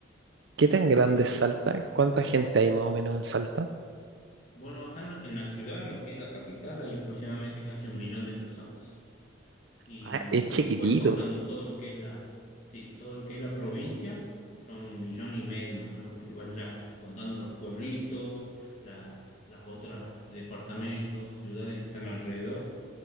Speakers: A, on the right; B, on the left.
A: ¿Qué tan grande
B: ¿Cómo?
A: es Salta? ¿Cuánta gente hay más o menos en Salta?
B: Bueno, acá en la, en la ciudad, lo que es la capital, hay aproximadamente casi un millón de personas. Y
A: Ah, es chiquitito.
B: después contando todo lo que es la, sí, todo lo que es la provincia, son un millón y medio más o menos, porque bueno, ya contando los pueblitos, la- las otras departamentos, ciudades que están alrededor,